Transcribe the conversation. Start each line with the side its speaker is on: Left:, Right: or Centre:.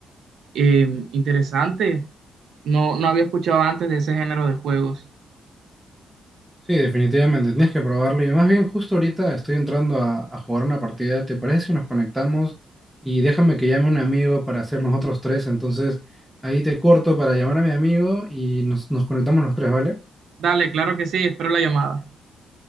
Right: eh, interesante. No, no había escuchado antes de ese género de juegos.
Centre: Sí, definitivamente, tienes que probarlo. Y más bien, justo ahorita estoy entrando a, a jugar una partida. ¿Te parece si nos conectamos? Y déjame que llame un amigo para hacer nosotros tres. Entonces, ahí te corto para llamar a mi amigo y nos, nos conectamos los tres, ¿vale?
Right: Dale, claro que sí, espero la llamada.